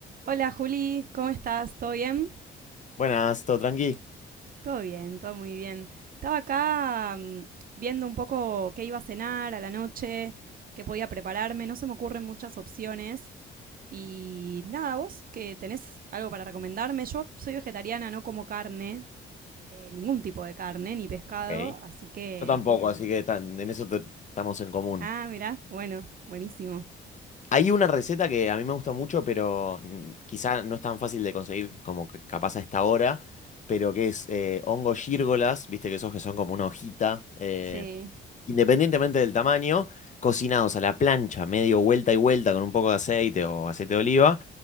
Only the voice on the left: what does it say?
Buenas, ¿todo tranqui?
Ok.
Yo tampoco, así que tan- en eso te- estamos en común.
Hay una receta que a mí me gusta mucho, pero mm, quizá no es tan fácil de conseguir como que capaz a esta hora, pero que es eh, hongos gírgolas, viste que esos que son como una hojita. eh,
independientemente del tamaño, cocinados a la plancha, medio vuelta y vuelta con un poco de aceite o aceite de oliva.